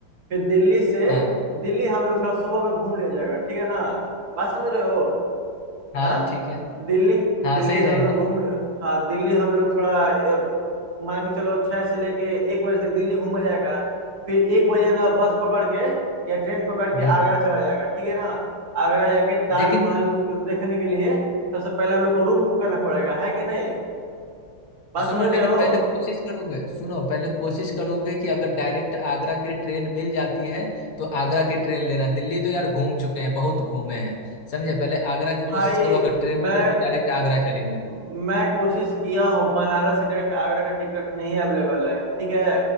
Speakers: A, on the right; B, on the left.
A: फिर दिल्ली से
B: हाँ
A: दिल्ली हम लोग थोड़ा सुबह में घूम लिया जाएगा ठीक है ना बात समझ रहे हो
B: हाँ
A: हाँ
B: ठीक है
A: दिल्ली
B: हाँ
A: दिल्ली
B: सही रहेगा
A: हम लोग घूम हाँ दिल्ली हम लोग थोड़ा अ, मान के चलो छह से लेके एक बजे तक दिल्ली घूमा जाएगा फिर एक बजे ना बस पकड़ के या ट्रेन पकड़ के
B: हम्म
A: आगरा चला जाएगा ठीक है ना आगरा जाके ताजमहल
B: लेकिन
A: देखने के लिए सबसे पहले हम लोग को रूम बुक करना पड़ेगा है कि नहीं बात
B: सुनो
A: समझ
B: लेकिन
A: रहे हो
B: पहले कोशिश करोगे सुनो पहले कोशिश करोगे कि अगर डायरेक्ट आगरा की ट्रेन मिल जाती है तो आगरा की ट्रेन लेना दिल्ली तो यार घूम चुके हैं बहुत घूमे हैं समझे पहले आगरा की
A: भाई
B: कोशिश करो अगर ट्रेन मिल
A: मैं
B: जाए तो डायरेक्ट आगरा चलेंगे
A: मैं कोशिश किया हूँ बनारस से डायरेक्ट आगरा का टिकट नहीं अवेलेबल है ठीक है